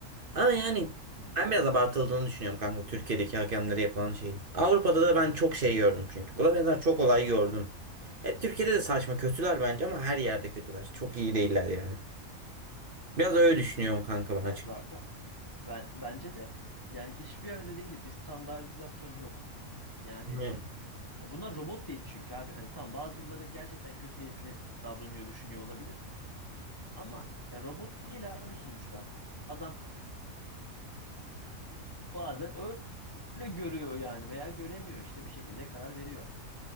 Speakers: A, on the right; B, on the left.
A: Ama yani
B: Hı hı.
A: ben biraz abartıldığını düşünüyorum kanka Türkiye'deki hakemlere yapılan şeyin. Avrupa'da da ben çok şey gördüm çünkü. Buna benzer çok olay gördüm. Hep Türkiye'de de saçma kötüler bence ama her yerde kötüler. Çok iyi değiller yani. Biraz öyle düşünüyorum kanka ben
B: Ya
A: açıkçası.
B: zaten Ben bence de yani hiçbir yerde dediğin gibi bir standartizasyon yok. Yani
A: Yani,
B: ya bunlar robot değil çünkü abi. Hani tamam bazıları gerçekten kötü niyetli davranıyor, düşünüyor olabilir. Ama ya robot değil abi sonuçta. Adam bazen öyle görüyor yani veya göremiyor işte bir şekilde karar veriyor.